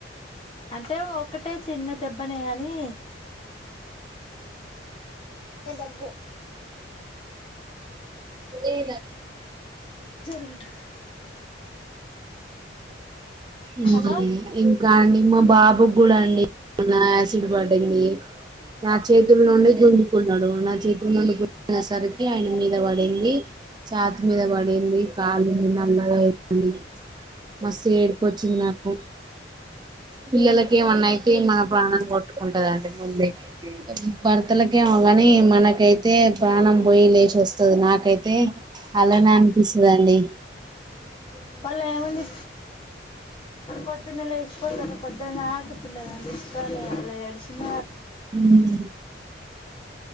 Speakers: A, on the left; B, on the right.
A: అంటే ఒకటే చిన్న దెబ్బనే కాని ఎబ్బ
B: ఏ
A: జరుగుడు
B: ఉమ్మ్
A: హలో
B: ఇం కా అండి మా బాబు కూడా అండి యాసిడ్ పడ్డది నా చేతుల నుండి గుంజుకున్నాడు నా చేతుల నుండి గుంజుకునే సరికి ఆయన మీద పడింది చాతి మీద పడింది కాలు నల్లగా అయిం ది మస్తు ఏడుపొచ్చింది నాకు పిల్లలకి ఏమన్నా అయితే మన ప్రాణం కొట్టుకుంటందండి ముందే భ ర్తలకి ఏమోగాని మనకైతే ప్రాణం పోయి లేచి వ స్తది నాకైతే అలానే అనిపిస్తాదండి
A: వాళ్ళు ఏముంది పొద్దున్నె లేచిపోతారు పొద్దున దాకా పిల్లలను చూసుకోవాలి వాళ్ళు ఏడ్చిన
B: ఉమ్మ్